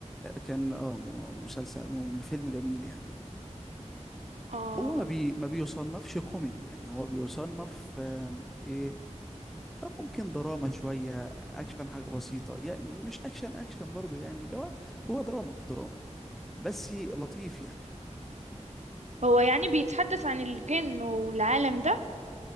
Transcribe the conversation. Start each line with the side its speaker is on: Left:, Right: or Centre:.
Centre: آه، كان اه م- مسلسل م- فيلم جميل يعني
Right: اه
Centre: هو ما بي ما بيصنفش كوميدي يعني هو بيصنف آم، ايه ممكن دراما شوية أكشن حاجة بسيطة يعني مش أكشن أكشن برضو يعني لو هو دراما دراما بس لطيف يعني
Right: هو يعني بيتحدث عن الجن والعالم ده